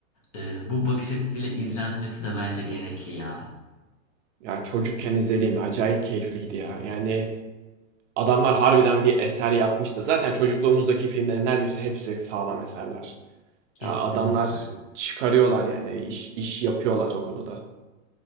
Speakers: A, on the left; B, on the right.
A: e, bu bakış açısıyla izlenmesi de bence gerekli ya.
B: Ya çocukken izlediğimde acayip keyifliydi ya. Yani Adamlar harbiden bir eser yapmış da zaten çocukluğumuzdaki filmlerin neredeyse hepsi sağlam eserler.
A: Kesinlikle.
B: Ya adamlar çıkarıyorlar yani iş, iş yapıyorlar o konuda.